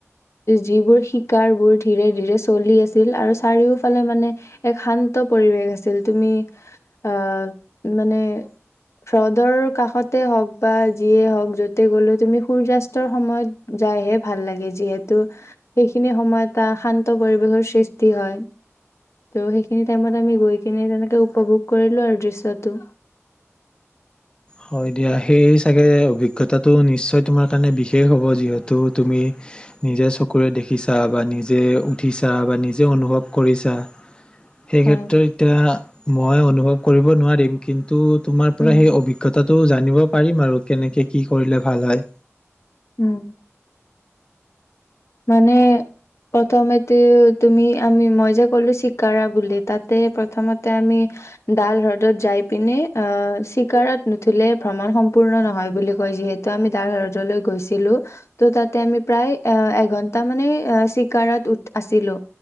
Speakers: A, on the left; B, on the left.
A: যিবোৰ শিকাৰ বোৰ ধীৰে ধীৰে চলি আছিল, আৰু চাৰিওফালে মানে এক শান্ত পৰিৱেশ আছিল তুমি আহ মানে হ্ৰদৰ কাষতে হওক বা যিয়ে হওক য। তে গলো তুমি সূৰ্যয়াস্তৰ সময়ত যাইহে ভাল লাগে, যিহেতু সেইখিনি সময়ত এটা শান্ত পৰিৱেশৰ সৃষ্টি হয় ত' সেইখিনি টাইমত আমি গৈ কিনে তেনেকে উপভোগ কৰিলো আৰু দৃশ্যটো।
B: হয় দিয়া, সেই চাগে অভিজ্ঞতাটো নিশ্চয় তোমাৰ কাৰণে বিশেষ হ'ব যিহেতু তুমি নিজে চকুৰে দেখিছা বা নিজে উঠিছা বা নিজে অনুভৱ কৰিছা। সেই
A: হয়
B: ক্ষেত্ৰত এতিয়া মই অনুভৱ। কৰিব নোৱাৰিম কিন্তু। ত তোমাৰ পৰা
A: উম।
B: সেই অভিজ্ঞতা। তাটো জানিব পাৰিম আৰু কেনেকে কি কৰিলে ভাল হয়।
A: উম। মানে প্ৰথমতে তুমি আমি মই যে ক'লো, চিকাৰা বুলি তাতে প্ৰথমতে আমি ডাল হ্ৰদত যাই পিনে অ চিকাৰত নুঠিলে ভ্ৰমণ সম্পূৰ্ণ নহয় বুলি কয় যিহেতু আমি ডাল হ্ৰদলৈ গৈছিলো ত' তাতে আমি প্ৰায়। এ ঘন্টা মানে চিকাৰত উঠ আছিলো,